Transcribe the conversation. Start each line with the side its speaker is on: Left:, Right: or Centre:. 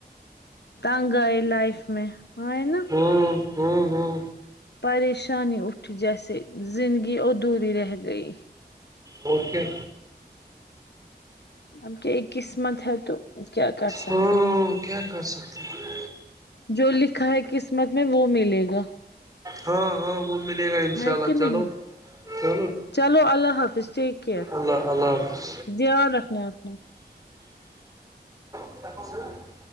Left: تنگ ہے لائف میں آئے نا
Right: ہوں ہوں ہوں
Left: پریشانی اھی جیسے زندگی ادھوری رہ گئی
Right: اور کیا
Left: اب کی ایک قسمت ہے تو کیا کر سکتے
Right: ہاں
Left: ہیں
Right: کیا کر سکتے ہیں
Left: جو لکھا ہے قسمت میں وہ ملے گا
Right: ہاں ہاں وہ ملے گا ان
Left: ہے
Right: شاء اللہ
Left: کہ نہیں
Right: چلو چلو
Left: چلو اللہ حافظ ٹیک کیئر
Right: اللہ اللہ حافظ
Left: دھیان رکھنا ہے اپنا
Right: پیس